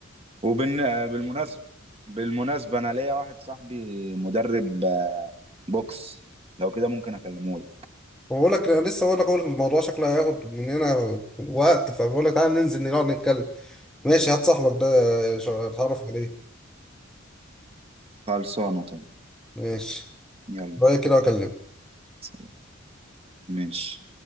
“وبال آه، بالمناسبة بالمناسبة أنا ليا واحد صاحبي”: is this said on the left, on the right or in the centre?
Right